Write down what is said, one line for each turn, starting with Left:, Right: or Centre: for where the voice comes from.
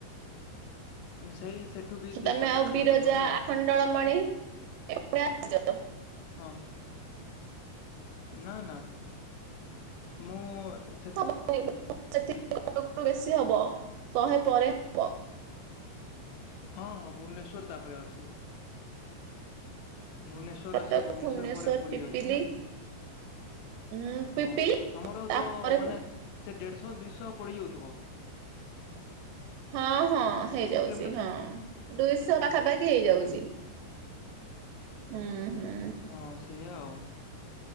Left: ଅ, ସେଇ ସେଠୁ ବି ସେଇ
Right: ତୋମେ
Left: ପଚାଶ
Right: ଆଉ
Left: କିଲୋମିଟର
Right: ବିରଜା
Left: ବୋଧେ ଆଉ
Right: ଆଖଣ୍ଡଳମଣି ଏଗୁଡା ଆସିଚ?
Left: ହଁ ଏ ନା ନା ମୁଁ ଏ ସେ
Right: <inaudible> ବେଶୀ ହବ ଶହେ ପରେ ହବ
Left: ହଁ ହଁ ଭୁବନେଶ୍ୱର ତାପରେ ଅଛି। ଭୁବନେଶ୍ଵର
Right: କଟକ
Left: ଅଛି ଭୁବନେଶ୍ଵର ପରେ ପୁରୀ
Right: ପିପିଲି
Left: ଅଛି ନା।
Right: ଉଁ
Left: ହଁ
Right: ପିପିଲି
Left: ତୋମର
Right: ତାପରେ
Left: ତ ମାନେ
Right: ପୁରୀ
Left: ସେ ଦେଢଶହ ଦୁଇଶହ ପଡିଯାଉଥୁବ?
Right: ହଁ ହଁ ହେଇଯାଉଚି,
Left: ଦେଢ଼ଶହ କିଲୋମିଟର ତ
Right: ହଁ ଦୁଇଶହ ପାଖାପାଖି ହେଇଯାଉଚି।
Left: ହଁ
Right: ହଁ, ହଁ।
Left: ହଁ ସେଇଆ ଆଉ